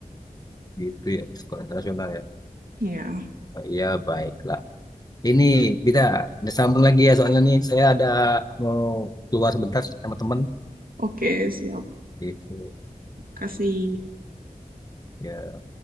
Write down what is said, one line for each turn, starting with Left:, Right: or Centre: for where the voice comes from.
Left: Gitu ya, sekolah internasional ya.
Right: Iya,
Left: Oh, iya, baiklah. Ini bisa udah sambung lagi ya soalnya nih saya ada mau keluar sebentar sama teman
Right: oke, siap.
Left: gitu.
Right: Kasih.
Left: Ya.